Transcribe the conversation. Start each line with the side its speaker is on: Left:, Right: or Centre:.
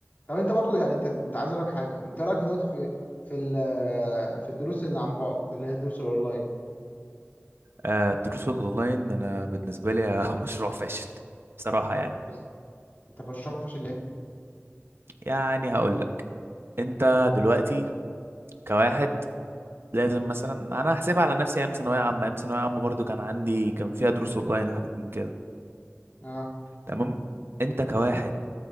Left: طب انت برضو يعني انت انت عايز اقول لك حاجه انت رايك في دلوقتي في في ال- في الدروس اللي عن بعد اللي هي الدروس الاونلاين
Right: آه الدروس الاونلاين انا بالنسبه لي <laughs> مشروع فاشل بصراحه يعني
Left: بس انت بشوفش ليه
Right: يعني هقول لك انت دلوقتي كواحد لازم مثلا انا هحسبها على نفسي ايام ثانويه عامه ايام ثانويه عامه برضو كان عندي كان فيها دروس اونلاين وحاجات من كده
Left: اه
Right: تمام انت كواحد